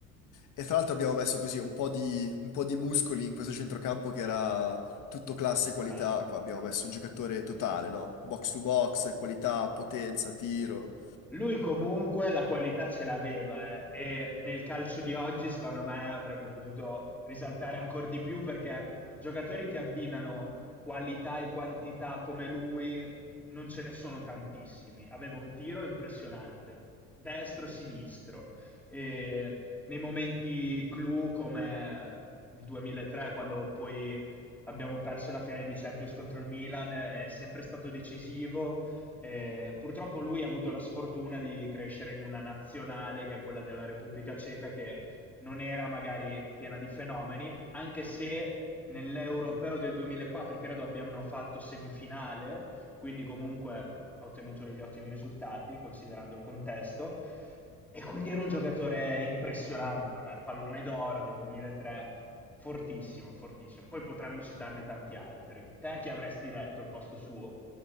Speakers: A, on the left; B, in the centre.
A: E tra l'altro abbiamo messo così un po' di, un po' di muscoli in questo centrocampo che era tutto classe e qualità.
B: Ah, Ecco.
A: Qua abbiamo messo un giocatore totale, no? Box to box, qualità, potenza, tiro.
B: Lui comunque la qualità ce l'aveva eh, e nel calcio di oggi secondo me avrebbe potuto risaltare ancora di più perché giocatori che abbinano qualità e quantità come lui non ce ne sono tantissimi. Aveva un tiro impressionante, destro-sinistro e nei momenti clou come il 2003 quando poi abbiamo perso la finale di Champions contro il Milan è sempre stato decisivo eh, purtroppo lui ha avuto la sfortuna di crescere in una nazionale che è quella della Repubblica Ceca, che non era magari piena di fenomeni, anche se nell'Europeo del 2004 credo abbiano fatto semifinale, quindi comunque ha ottenuto degli ottimi risultati considerando il contesto. E quindi era un giocatore impressionante per me, pallone d'oro del 2003, fortissimo, fortissimo. Poi potremmo citarne tanti altri. Te chi avresti detto al posto suo?